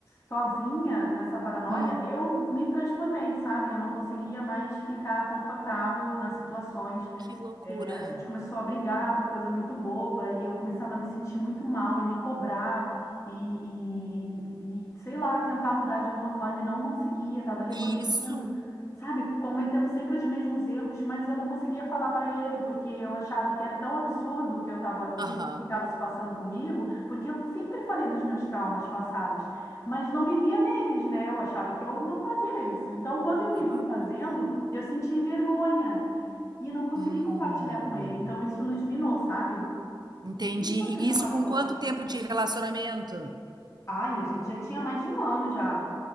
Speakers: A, on the left; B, on the right.
A: sozinha, nessa paranoia,
B: Hum.
A: eu me transformei, sabe? Eu não conseguia mais ficar confortável nas situações.
B: Que loucura.
A: É, a gente começou a brigar por coisa muito boba e eu começava a me sentir muito mal e me cobrar e, e- e, sei lá, tentar mudar de alguma forma e não conseguia, estava reproduzindo,
B: Isso.
A: sabe, cometendo sempre os mesmos erros, mas eu não conseguia falar para ele porque eu achava que era tão absurdo o que eu estava, o
B: Aham.
A: que estava se passando comigo, porque eu sempre falei dos meus traumas passados, mas não me via neles, né? Eu achava que eu não fazia isso. Então, quando eu me
B: Ah.
A: vi fazendo, eu senti vergonha. E eu não consegui
B: Hum.
A: compartilhar com ele, então isso nos minou, sabe?
B: Entendi.
A: Não sei se você
B: E
A: já
B: isso
A: passou
B: com quanto
A: assim.
B: tempo de relacionamento?
A: Ai, a gente já tinha mais de um ano já.